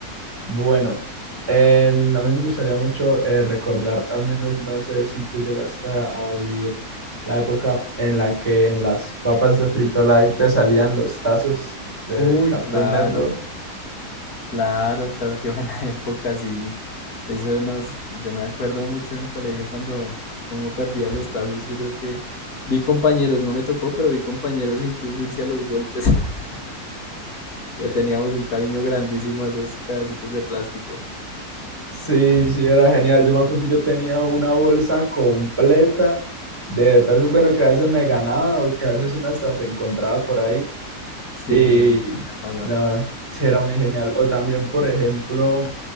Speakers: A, on the right (about 20°); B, on the left (about 65°).
A: bueno, en- a mí me gustaría mucho eh, recordar, al menos no sé si tú llegaste a vivir la época en la que en las papas de Frito Lay te salían los tazos de
B: Uy,
A: Cartoon
B: claro,
A: Network.
B: claro, claro, qué buena <laughs> época, sí. Eso nos, yo me acuerdo mucho en el colegio cuando uno perdía los tazos. Yo creo que vi compañeros, no me tocó, pero vi compañeros incluso irse a los golpes. <laughs> Le teníamos un cariño grandísimo a esos pedacitos de plástico.
A: Sí, sí, era genial. Yo me acuerdo, yo tenía una bolsa completa de tazas, bueno, que a veces me ganaba o que a veces una hasta se encontraba por ahí.
B: Sí,
A: Y
B: sí, sí, me va a pasar.
A: nada, sí, era muy genial. O también, por ejemplo,